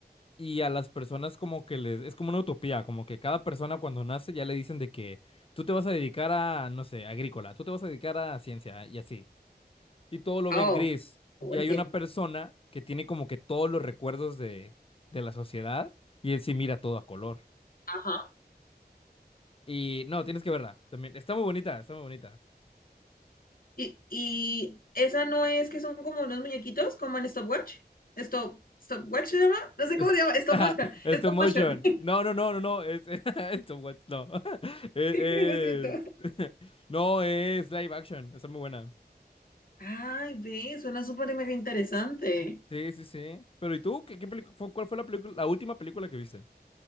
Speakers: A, on the left; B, on the left.
A: y a las personas como que les... Es como una utopía, como que cada persona cuando nace ya le dicen de que tú te vas a dedicar a, no sé, agrícola, tú te vas a dedicar a ciencia y así. y todo lo
B: Oh,
A: ven gris. Y
B: entiendo.
A: hay una persona que tiene como que todos los recuerdos de, de la sociedad y él sí mira todo a color.
B: Ajá.
A: Y no, tienes que verla también. Está muy bonita, está muy bonita.
B: Y, y esa no es que son como unos muñequitos, como en Stopwatch. Stop, Stopwatch se llama. No sé
A: Es-
B: cómo se llama. Stop
A: <laughs>
B: motion. Stop
A: Stop motion.
B: motion.
A: No, no, no, no, no. Es, <laughs> stop what- no. <laughs> Es,
B: <laughs> Lo siento.
A: es- <laughs> No, es live action. Está muy buena.
B: Ay, ve, suena súper mega interesante.
A: Sí, sí, sí. Pero ¿y tú? ¿Qué, qué pelicu- fue- ¿Cuál fue la película, la última película que viste?